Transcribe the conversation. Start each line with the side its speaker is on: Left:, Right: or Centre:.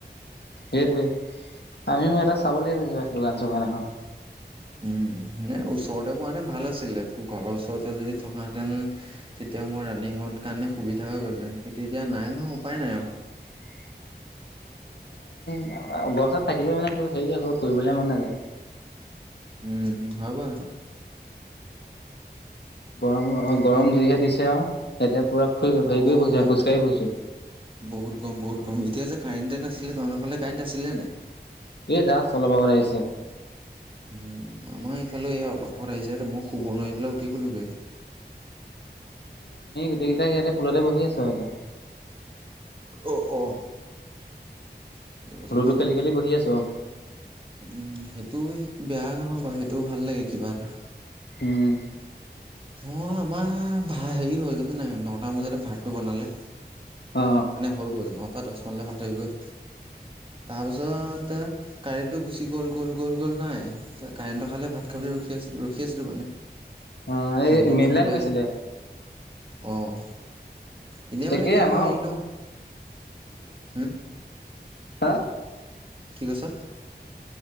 Left: সেইটোৱে, আমিও এটা চাব লাগিব। কিবা, দোকান চোকান এখন।
Right: উম, নে ওচৰতে পোৱা নে ভাল আছিলে, ঘৰৰ ওচৰতে যদি থকাহেঁতেন, তেতিয়া। তেতিয়া মোৰ ৰানিঙৰ কাৰণে সুবিধা হৈ গ'লহেঁন তেতিয়া নাই নহয় উপায় নাই আৰু
Left: হয় <inaudible> গৰেশ্বৰত থাকিলেও মানে, তো হেৰি আকৌ ফুৰিবলে মন নাযায়।
Right: উম, হব আৰু।
Left: গৰম অ,
Right: তাকে
Left: গৰম যিহে দিছে আৰু। এতিয়া পুৰা হেৰি
Right: অ',
Left: কৰি ফুৰিছো খোজকাঢ়ি ফুৰিছো।
Right: বহুত গৰম, বহুত গৰম। এতিয়া যে কাৰেণ্টে এ নাছিলে, তহঁতৰ ফালে কাৰেণ্ট আছিলে নে নাই?
Left: এ জাছ অলপ আগত আহিছে।
Right: উম, আমাৰ এইফালে এ অলপ আগতে আহিছে, মই শুব নোৱাৰি পেলাই উঠি গ'লোগে।
Left: গোটেই কেইটা ইয়াতে পুলতে বহি আছো আৰু এতিয়া।
Right: অ অ সেইটো কথা
Left: লুডু খেলি- খেলি বহি আছো ৰ।
Right: উম, সেইটো বেয়া নহয় বাৰু সেইটোও ভাল লাগে কিবা এটা।
Left: উম।
Right: অ' আমাৰ ভা হেৰি হ'ল নাই নটামান বজাতে ভাতটো বনালে।
Left: অ
Right: মানে হৈ গ'ল নটা দছ মানলে ভাতটো হৈ গ'ল। তাৰ পিছত কাৰেণ্টটো গুচি গ'ল-গ'ল- গ'ল- গ'ল নাই, কাৰেণ্টটো খালে ভাত খাবলে ৰখি আছিলো ৰখি আছিলো মানে
Left: অ এই
Right: ইনে
Left: মেইন
Right: নহ'লে
Left: লাইন গৈছিলে
Right: অ' এনেই
Left: একেই
Right: মানে কি
Left: আমাৰ
Right: হয় হেৰি ন। হম।
Left: হা।
Right: কি কৈছ।